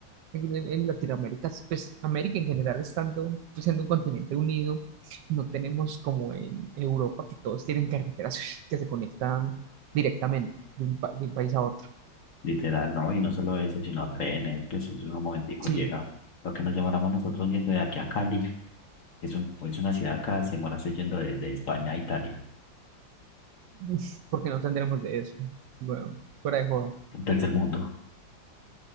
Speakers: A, on the right; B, on the left.
A: en, en- Latinoamérica, pues América en general estando, pues, siendo un continente unido, no tenemos como en Europa que todos tienen carreteras <laughs> que se conectan directamente de un, pa- de un país a otro.
B: literal, ¿no? Y no solo eso, sino trenes, pues eso en un momentico
A: Sí,
B: llega lo que nos lleváramos nosotros yendo de aquí a Cali. Es, un- es una ciudad acá, se demora yendo de, de España a Italia,
A: <laughs> porque no tendremos de eso. Bueno, fuera de joda.
B: un tercer mundo,